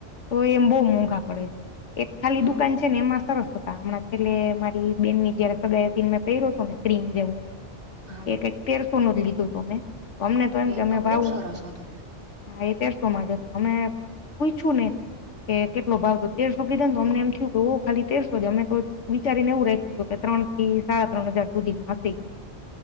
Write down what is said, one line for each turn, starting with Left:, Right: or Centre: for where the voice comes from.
Left: તો એમ બહુ મોંઘા પડે છે, એક ખાલી
Right: હા
Left: દુકાન. ને એમાં સરસ હતા, હમણાં છેલ્લે મારી બેન ની જયારે સગાય હતી, મેં પહેરયો હતો ને, ક્રીમ જેવું.
Right: હા
Left: એ કક તેરસો નો જ લીધો હતો, મેમે અમને તો એમ
Right: એ
Left: કે અમે
Right: બહુ
Left: ભાવું.
Right: સરસ હતો
Left: હા, એ તેરસો માં જ તો, અમે પૂછુ ને. કે કેટલો ભાવ તો તેરસો કીધા, તો અમને એમ થયું કે, ઓ ખાલી તેરસો જ અમે તો. વિચારીને એવું રાખું હતું, કે ત્રણ થી સાડા ત્રણ હજાર સુધીમાં હસી.